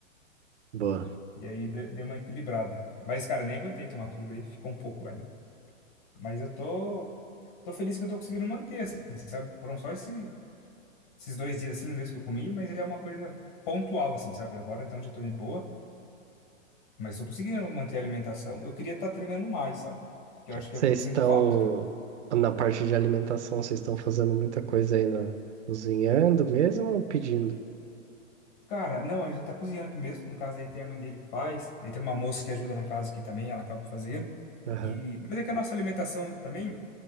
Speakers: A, on the right (about 55°); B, on the left (about 35°).
A: Boa.
B: E aí de- deu uma equilibrada. Mas, cara, eu nem aguentei tomar tudo aí, ficou um pouco lá ainda. Mas eu tô. Tô feliz que eu tô conseguindo manter, assim, sabe? Foram só esses esses dois dias assim mesmo que eu comi, mas é uma coisa pontual, assim, sabe? Agora então já tô de boa, mas tô conseguindo manter a alimentação. Eu queria estar treinando mais, sabe? Que eu acho
A: Vocês
B: que é o que eu sinto
A: estão
B: falta. Tipo,
A: na parte de alimentação, vocês estão fazendo muita coisa aí na cozinhando mesmo ou pedindo?
B: cara, não, a gente tá cozinhando aqui mesmo. No caso, aí tem a mãe dele que faz, aí tem uma moça que ajuda na casa aqui também, ela acaba fazendo.
A: Aham,
B: E... Mas é que a nossa alimentação também.